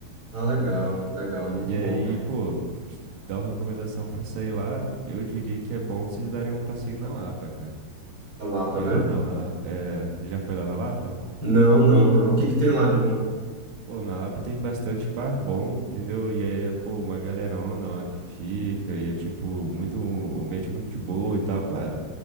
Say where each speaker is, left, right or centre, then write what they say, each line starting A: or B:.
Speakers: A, on the right (about 25°); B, on the right (about 85°).
A: ah, legal, legal, muito
B: E
A: bom.
B: aí, pô, te dar uma recomendação pra sair lá, eu diria que é bom vocês darem um passeio na Lapa, cara.
A: A Lapa,
B: Que
A: né?
B: lá na Lapa, é, você já foi lá na Lapa?
A: Não, não, não. O que que tem lá de bom?
B: Pô, na Lapa tem bastante bar bom, entendeu? E aí é, pô, uma galerona lá que fica, e é, tipo, muito, um ambiente muito de boa e tal, claro.